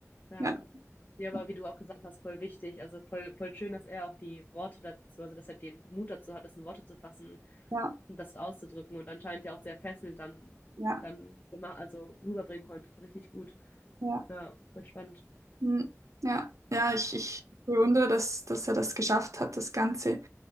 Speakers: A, on the left; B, on the right.
A: ja.
B: Ja,
A: Ja, aber
B: ja,
A: wie du auch gesagt hast, voll wichtig. Also voll, voll schön, dass er auch die Worte dazu, also dass er den Mut dazu hat, das in Worte zu fassen
B: ja,
A: und das auszudrücken und anscheinend ja auch sehr fesselnd dann,
B: ja.
A: dann immer, also rüberbringen konnte. Richtig gut.
B: ja.
A: Ja, voll spannend.
B: Hm, ja, ja, ich, ich bewundere, dass, dass er das geschafft hat, das Ganze